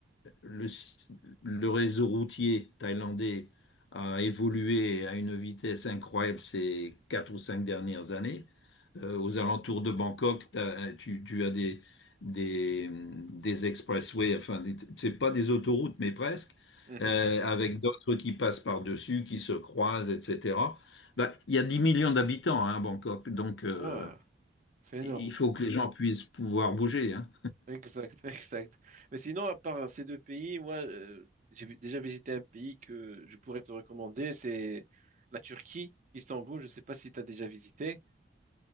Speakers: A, on the left (about 85°); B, on the right (about 45°).
A: le, le réseau routier thaïlandais a évolué à une vitesse incroyable ces quatre ou cinq dernières années. Euh, aux alentours de Bangkok, t'as- tu, tu as des, des, des expressways, enfin, des- c'est pas des autoroutes, mais presque,
B: mhm.
A: euh, avec d'autres qui passent par-dessus, qui se croisent, etc. Bah, il y a 10 millions d'habitants hein, à Bangkok, donc euh,
B: Ah, c'est énorme.
A: il faut que les gens puissent pouvoir bouger. hein.
B: Exact, <laughs> exact. Mais sinon, à part ces deux pays, moi, euh, j'ai vu- déjà visité un pays que je pourrais te recommander, c'est la Turquie, Istanbul. Je ne sais pas si tu as déjà visité.